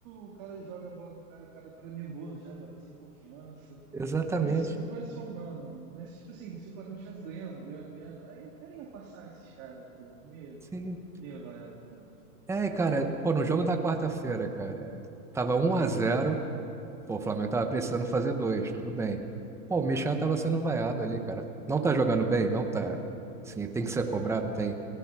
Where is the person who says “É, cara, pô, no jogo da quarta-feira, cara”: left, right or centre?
Centre